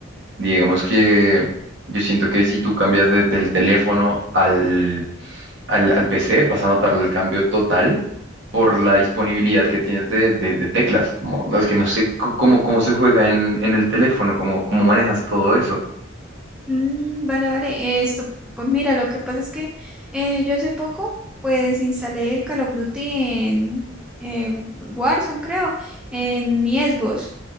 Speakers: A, on the right; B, in the centre.
A: Digamos que yo siento que si tú cambias de- del teléfono al, al, al PC, vas a notar el cambio total por la disponibilidad que tienes de, de- de teclas. Como, no, es que no sé c- cómo, cómo se juega en, en el teléfono, cómo, cómo manejas todo eso.
B: Mm, vale, vale. Esto, pues mira, lo que pasa es que eh, yo hace poco, pues instalé el Call of Duty en eh, Warzone, creo, en mi Xbox.